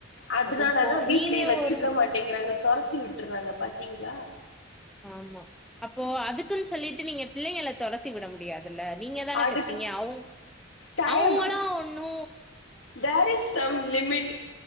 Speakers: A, on the left; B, in the centre.
A: அதனாலதா
B: அது போ
A: வீட்லயே
B: நீங்க
A: வச்சிக்க
B: ஒரு
A: மாட்டேங்கிறாங்க தொரத்தி விட்டுருறாங்க பாத்தீங்களா
B: ஆமா-ஆமா அப்போ அதுக்குன்னு சொல்லிட்டு நீங்க பிள்ளைங்கள தொறத்தி விட முடியாதுல்ல நீங்க தானே
A: அது
B: பெத்திங்க அவுங்
A: டைம்
B: அவுங்களா ஒன்னு
A: there is some limit